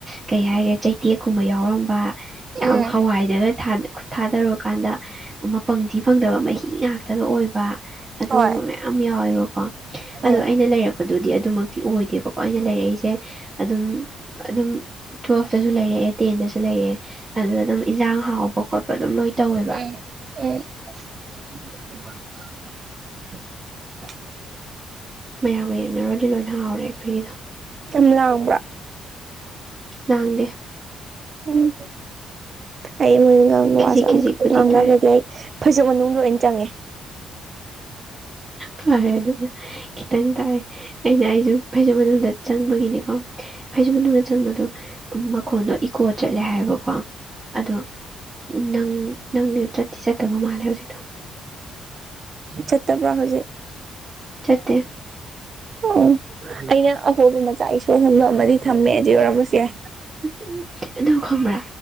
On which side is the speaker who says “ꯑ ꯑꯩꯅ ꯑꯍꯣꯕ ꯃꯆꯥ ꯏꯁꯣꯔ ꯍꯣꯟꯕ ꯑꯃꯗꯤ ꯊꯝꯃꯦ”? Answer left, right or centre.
Right